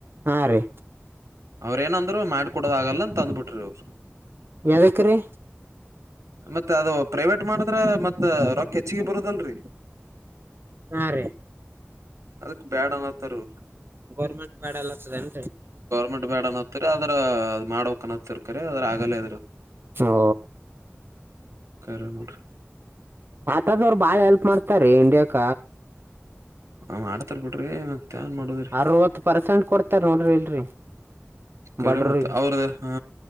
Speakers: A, on the right (about 50°); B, on the right (about 90°).
A: ಹಾ ರಿ
B: ಅವ್ರ ಏನಂದ್ರು ಮಾಡ್ಕ ಕೊಡೋದ ಆಗಲ್ಲ ಅನ್ ತಂದ್ಬಿಟ್ರಿ ಇವ್ರು.
A: ಯದಕ್ಕ್ರೀ
B: ಮತ್ತೆ ಅದು ಪ್ರೈವೇಟ್ ಮಾಡಿದ್ರೆ ಮತ್ ರೊಕ್ಕ ಹೆಚ್ಚಿಗೆ ಬರುದಲ್ರಿ.
A: ಹಾ ರಿ
B: ಅದಕ್ ಬ್ಯಾಡ ಅನತಾರ ಇವ್ರು.
A: ಗೌರ್ಮೆಂಟ್ ಬ್ಯಾಡ <unintelligible>
B: ಮುಟ್ಬ್ಯಾಡ ಬೇಡ ಅನ್ನತೀರ ಅದ್ರ. ಮಾಡಕ್ನತ್ತ ಇರ್ಕಾರೆ ಅದ್ರ ಆಗಲ್ಲೇ ಅದ್ರ.
A: ಓ
B: ಕರೆಬುಡು.
A: ಆಟ ದವ್ರು ಬಾಳ ಹೆಲ್ಪ್ ಮಾಡ್ತಾರೀ ಇಂಡಿಯಕ.
B: ಅವ ಆಡ್ತಾರ್ ಬಿಡ್ರಿ. ಏನ್ ಮಾಡೋದ್ರಿ
A: ಅರವತ್ತು ಪರ್ಸೆಂಟ್ ಕೊಡ್ತಾರ ನೋಡ್ರಿ ಇಲ್ರಿ
B: ಕರೆ
A: ಬಡ್ರರಿಗೆ
B: ಮತ್ತ ಅವ್ರದ ಹಾ